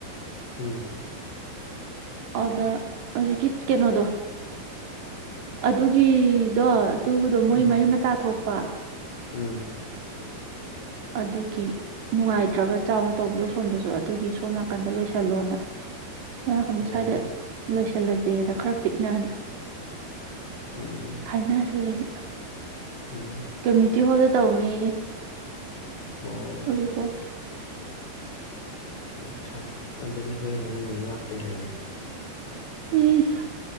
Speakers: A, on the left; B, on the right.
A: ꯎꯝ
B: ꯑꯗꯨꯗ ꯍꯧꯖꯤꯀꯤ ꯀꯩꯅꯣꯗꯣ ꯑꯗꯨꯒꯤꯗꯣ ꯑꯗꯨꯗꯣ ꯃꯣꯏ
A: ꯎꯝ
B: ꯃꯔꯤꯨꯝ ꯃꯇꯥ ꯊꯣꯛ ꯋꯥ
A: ꯎꯝ
B: ꯑꯗꯨꯒꯤ ꯅꯨꯡꯉꯥꯏꯇ꯭ꯔꯕ ꯆꯥꯎꯅ ꯇꯧꯕꯗꯣ ꯁꯣꯝꯗꯁꯨ ꯑꯗꯨꯒꯤ ꯁꯣꯝ ꯅꯥꯀꯟꯗ ꯂꯣꯏꯁꯤꯜꯂꯣꯅ ꯁꯀꯅꯤ
A: ꯑꯣ
B: ꯁ꯭ꯋꯥꯏꯗ ꯂꯣꯏꯁꯤꯜꯂꯒꯦꯗ ꯈꯔ ꯄꯤꯛꯅꯍ
A: ꯎꯝ
B: ꯍꯥꯏꯅ ꯑꯗꯨꯅ
A: ꯎꯝ
B: ꯀꯃꯤꯇꯤ ꯍꯗ ꯇꯧꯅꯤ
A: ꯑꯣ
B: ꯑꯗꯨ ꯀꯦ
A: ꯑꯠꯁ ꯑꯗꯨꯗꯤ ꯍꯣꯏ ꯅꯪ ꯌꯦꯡ ꯂꯥꯛꯄ ꯌꯥꯏꯅꯦ
B: ꯎꯝ